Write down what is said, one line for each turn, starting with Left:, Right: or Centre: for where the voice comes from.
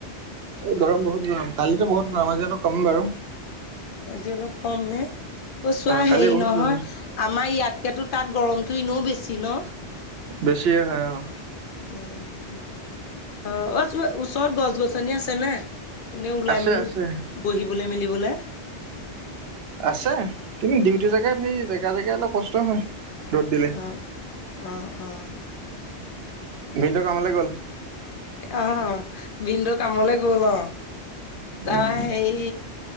Right: এই গৰম বহুত গৰম কালিতো বহুত গৰম আজি অলপ কম বাৰু
Left: আজি অলপ কম নে, অ চোৱা
Right: কালি
Left: হেৰী
Right: বহুত
Left: নহয়
Right: গৰম
Left: আমাৰ ইয়াত এতিয়াতো তাত গৰমটো ইনেও বেছি ন
Right: বেছিয়ে হয় অ
Left: উম উম অ ওচৰত গছ-গছনি আছে নাই এনেই ওলাই
Right: আছে
Left: মেলি
Right: আছে
Left: বহিবলে মেলিবলে
Right: আছে কিন্তু ডিউটি
Left: অ
Right: জেগাত সেই জেগা-জেগা অলপ কষ্ট হয় ৰ'দ দিলে
Left: অহ-অহ-অহ
Right: ভিনদেউ কামলে গ'ল
Left: অহ ভিনদেউ কামল গল অ তাৰ
Right: উম
Left: হেই